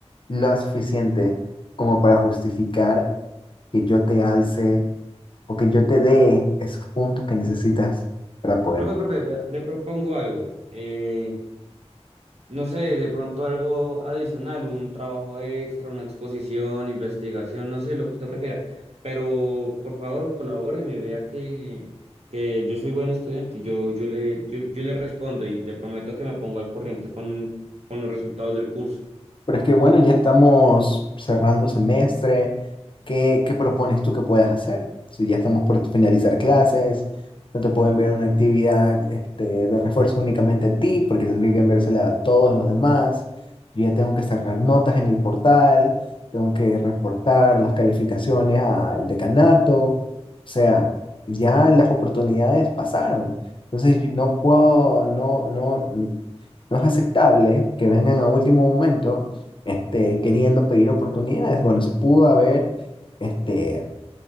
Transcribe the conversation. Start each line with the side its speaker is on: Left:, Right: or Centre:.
Left: lo suficiente como para justificar que yo te alce o que yo te dé esos puntos que necesitas para poder
Right: Profe, profe, vea, le propongo algo. Eh, no sé, de pronto algo adicional, un trabajo extra, una exposición, investigación, no sé, lo que usted prefiera. Pero por favor, colabóreme, vea que, que yo soy buen estudiante y yo, yo le, yo, yo le respondo y le prometo que me pongo al corriente con, con los resultados del curso.
Left: Pero es que bueno, ya estamos cerrando semestre. ¿Qué, qué propones tú que puedas hacer? Si ya estamos por finalizar clases, no te puedo enviar una actividad este, de refuerzo únicamente a ti, porque tendría que enviársela a todos los demás. Yo ya tengo que cerrar notas en el portal, tengo que reportar las calificaciones al decanato. O sea, ya las oportunidades pasaron. Entonces, yo no puedo, no, no, no es aceptable que vengan a último momento este, queriendo pedir oportunidades. Bueno, se pudo haber este,